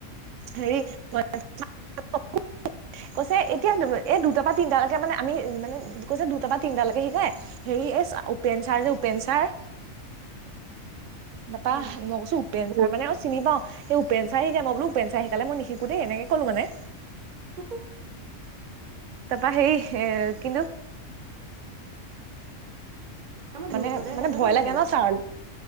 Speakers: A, on the right; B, on the right.
A: হেৰি
B: উম,
A: <unintelligible> <unintelligible> কৈছে এতিয়া দু- দুটামান পৰা তিনটালৈকে মানে আমি মানে কৈছে দুটা বা তিনটালৈকে শিকায়। হেৰি এই চ- উপেন চাৰ যে পেন চাৰ নাপা।
B: উম,
A: মই কৈছোঁ উপেন চাৰ মানে চিনি পাওঁ। সেই উপেন চাৰে শিকায়। মই বোলো উপেন চাৰে শিকালে, মই নিশিকো দেই, এনেকে ক'লো মানে।
B: <unintelligible>
A: তাৰপৰা সেই এ- কিন্তু
B: আমাৰ
A: মানে
B: ধ্ৰুৱদাই
A: - মানে
B: নাজানে
A: ভয়
B: জানো?
A: লাগে ন' ছাৰ।